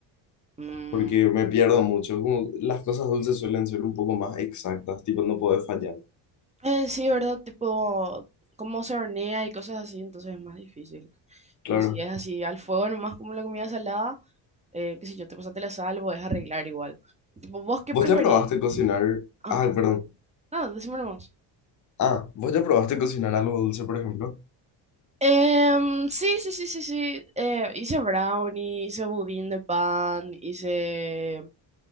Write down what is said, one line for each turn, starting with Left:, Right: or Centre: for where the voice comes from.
Right: mm,
Left: porque me pierdo mucho. Como las cosas dulces suelen ser un poco más exactas, tipo no puedes fallar.
Right: Eh, sí, ¿verdad? Tipo, cómo se hornea y cosas así, entonces es más difícil.
Left: Claro.
Right: Pero si es así, al fuego nomás como la comida salada, eh, qué sé yo, te pasaste la sal, podés arreglar igual. Tipo, ¿vos qué
Left: ¿Vos
Right: preferís?
Left: te probaste cocinar?
Right: Ah,
Left: Ah, perdón.
Right: no, decime nomás.
Left: Ah, ¿vos ya probaste cocinar algo dulce, por ejemplo?
Right: Em, sí, sí, sí, sí, sí. Eh, hice brownie, hice budín de pan, hice...